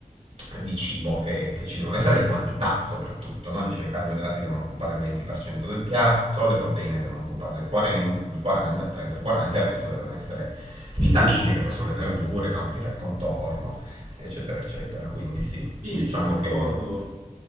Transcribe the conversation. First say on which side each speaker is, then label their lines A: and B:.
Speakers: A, on the right; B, on the right.
A: di cibo che, che ci devono essere, le quantità soprattutto, no? Dicevo, i carboidrati devono occupare il 20% del piatto, le proteine devono occuparne il 40, il 40, il 30, il 40, il resto devono essere vitamine, che poi sono le verdure, no? Che ti fai il contorno, eccetera, eccetera. Quindi sì,
B: sì,
A: diciamo
B: sono d'accordo.
A: che...